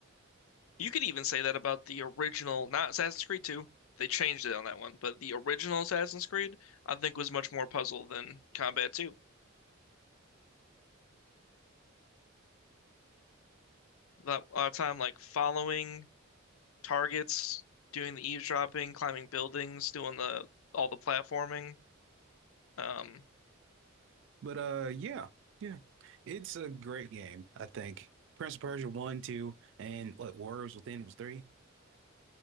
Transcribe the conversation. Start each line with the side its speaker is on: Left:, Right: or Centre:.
Left: You could even say that about the original, not Assassin's Creed 2. They changed it on that one, but the original Assassin's Creed I think was much more puzzle than combat too. A lot, a lot of time like following targets, doing the eavesdropping, climbing buildings, doing the all the platforming. Um,
Right: But uh yeah, yeah. It's a great game, I think. Prince of Persia one, two, and what Worlds Within was three,